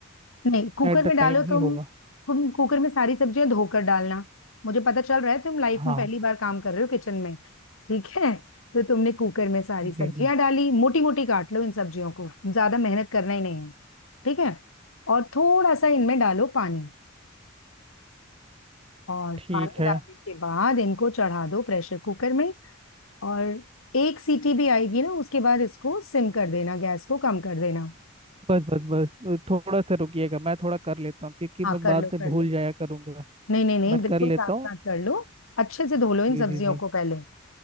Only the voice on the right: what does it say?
एट
द
टाइम
ही होगा
हाँ
जी जी
ठीक
है
बस बस बस थोड़ा सा रुकिएगा मैं थोड़ा कर लेता हूँ क्योंकि
मैं
बाद
में
भूल
जाया करूँगा
मैं
कर लेता
हूँ
जी
जी जी